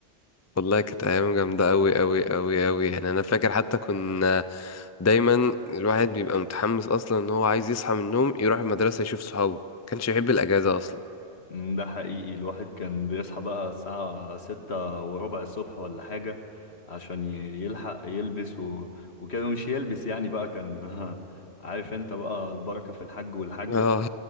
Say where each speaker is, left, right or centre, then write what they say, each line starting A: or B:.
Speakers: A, on the left (about 25°); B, on the left (about 65°).
A: والله كانت ايام جامدة قوي قوي قوي قوي يعني انا فاكر حتى كنا دايما الواحد بيبقى متحمس اصلا ان هو عايز يصحى من النوم يروح المدرسة يشوف صحابه كانش يحب الاجازة اصلا
B: مم، ده حقيقي الواحد كان بيصحى بقى الساعة ستة وربع الصبح ولا حاجة عشان ي- يلحق يلبس و... وكده مش يلبس يعني بقى كان <laughs> عارف انت بقى البركة في الحج والحاجة
A: اه